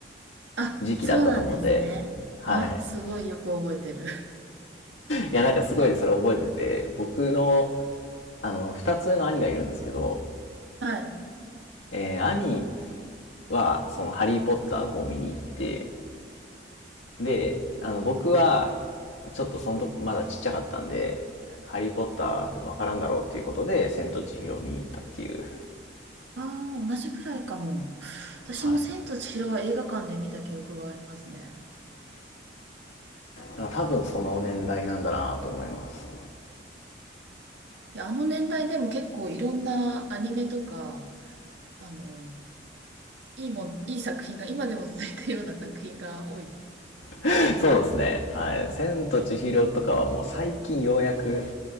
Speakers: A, on the right; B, on the left.
A: あ、
B: 時期だったと思うんで、
A: そうなんですね。
B: はい。
A: あ、すごいよく覚えてる。
B: <laughs> いや、なんかすごいそれ覚えてて、僕の、あの、二つ上の兄がいるんですけど、
A: はい。
B: えー兄は、その、ハリーポッターの方を見に行って、で、あの、僕は、ちょっとそのとまだちっちゃかったんで、ハリーポッターわからんだろうっていうことで、千と千尋を見に行ったっていう。
A: ああ、同じくらいかも。私も千と千尋は映画館で見た記憶がありますね。
B: はい。だから多分その年代なんだなと思います。
A: いや、あの年代でも結構いろんなアニメとか、あの、いいもん、いい作品が、今でも続いてるような作品が多い。
B: <laughs> そうですね。はい。千と千尋とかはもう最近ようやく、